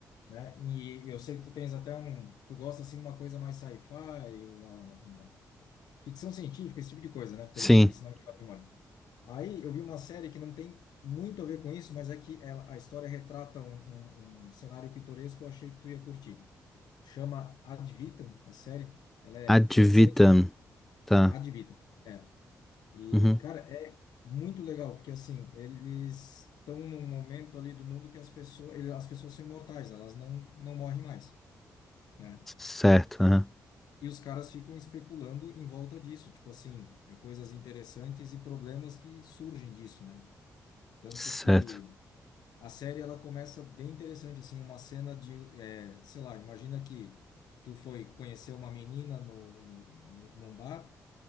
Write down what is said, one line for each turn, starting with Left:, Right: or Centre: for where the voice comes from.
Left: né? E eu sei que tu tens até um, tu gosta assim de uma coisa mais sci-fi, uma, uma ficção científica, esse tipo de coisa, né? Pelo
Centre: Sim.
Left: que, se não me falha a memória. Aí eu vi uma série que não tem muito a ver com isso, mas é que ela, a história retrata um, um, um cenário pitoresco que eu achei que tu ia curtir. chama Ad Vitam, a série. Ela é
Centre: Ad
Left: francesa,
Centre: vitam. Tá.
Left: Ad Vitam. É. E,
Centre: Uhum.
Left: cara, é muito legal, porque assim, eles estão num momento ali do mundo que as pessoas, ele- as pessoas são imortais, elas não, não morrem mais, né?
Centre: Certo, aham.
Left: E os caras ficam especulando em volta disso, tipo assim, é, coisas interessantes e problemas que surgem disso, né? Tanto
Centre: Certo.
Left: que a série ela começa bem interessante, assim, uma cena de, é, sei lá, imagina que tu foi conhecer uma menina no, no, no- num bar